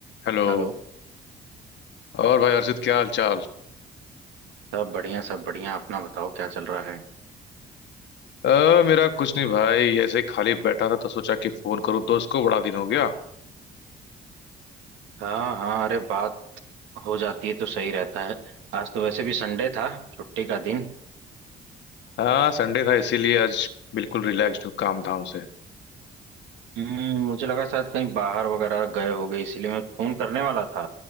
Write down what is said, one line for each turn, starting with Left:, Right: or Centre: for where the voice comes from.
Left: हेलो
Right: हेलो
Left: और भाई अर्षित क्या हाल चाल
Right: सब बढ़िया सब बढ़िया अपना बताओ क्या चल रहा है
Left: अ, मेरा कुछ नहीं भाई ऐसे ही खाली बैठा था तो सोचा कि फोन करूँ दोस्त को बड़ा दिन हो गया
Right: हाँ हाँ अरे बात हो जाती है तो सही रहता है आज तो वैसे भी संडे था छुट्टी का दिन
Left: हाँ संडे था इसीलिए आज बिल्कुल रिलैक्स्ड हूँ काम धाम से
Right: हम्म मुझे लगा शायद कहीं बाहर वगैरह गए होगे इसीलिए मैं फोन करने वाला था